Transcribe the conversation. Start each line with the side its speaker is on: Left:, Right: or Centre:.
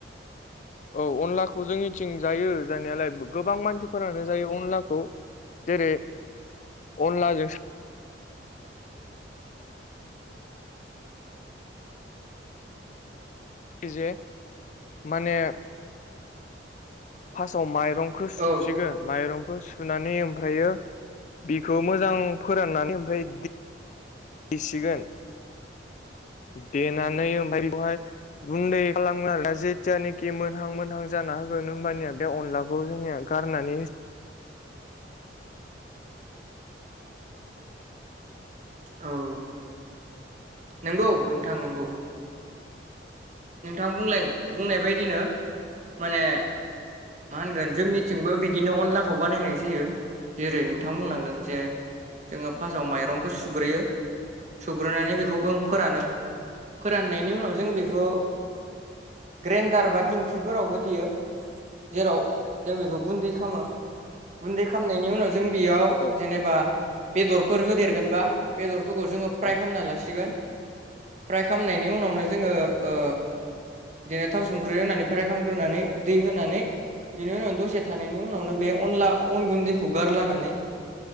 Left: औ अनलाखौ जोंनिथिं जायो जानायालाय गोबां मानसिफोरानो जायो अनलाखौ जेरै अनलाजों जे माने फार्स्टआव माइरंखौ सुसिगोन
Right: औ
Left: माइरं खौ सुनानै ओमफ्रायो बिखौ मोजां फोराननानै ओमफ्राय सिगोन
Right: <inaudible>
Left: देनानै ओमफ्राय बेखौहाय गुन्दै खालामो आरो जेथियानखि मोनहां मोनहां जाना होगोन होमबानिया बे अनलाखौ जोंनिया गारनानै
Right: औ नंगौ नोंथां नंगौ नोंथां बुंलाय बुंनाय बायदिनो माने मा होनगोन जोंनिथिंबो बिदिनो अनलाखौ बानायनाय जायो जेरै नोंथां बुंलांदों जे जोङो फार्स्टआव माइरंखौ सुग्रोयो सुग्रोनानै बेखौबो फोरानो। फोराननायनि उनाव जों बेखौ ग्रेन्डार बा दिंखिफोरावबो देयो जेराव जों बेखौ गुन्दै खालामो गुन्दै खालामनायनि उनाव जों बेयाव
Left: औ
Right: जेनेबा बेदरफोर होदेरगोनबा बेदरफोरखौ जोङो फ्राय
Left: औ
Right: खालामना लासिगोन। फ्राय खालामनायनि उनावनो जोङो ओ बिदिनो थाव संख्रि होनानै फ्राय खालामग्रोनानै दै होनानै बेनि उनाव दसे थानायनि उनावनो बे अनला अन गुन्दैखौ गारलानानै